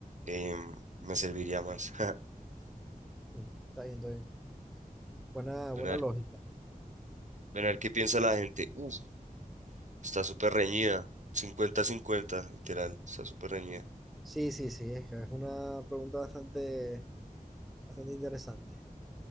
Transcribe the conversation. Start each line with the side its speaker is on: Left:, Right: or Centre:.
Right: em, me serviría más. <laughs>
Centre: mm, está bien, está bien. Buena,
Right: Ven
Centre: buena
Right: a ver,
Centre: lógica.
Right: ven a ver qué piensa la gente. Uf, está súper reñida. cincuenta cincuenta literal, está súper reñida.
Centre: Sí, sí, sí, es que es una pregunta bastante Bastante interesante.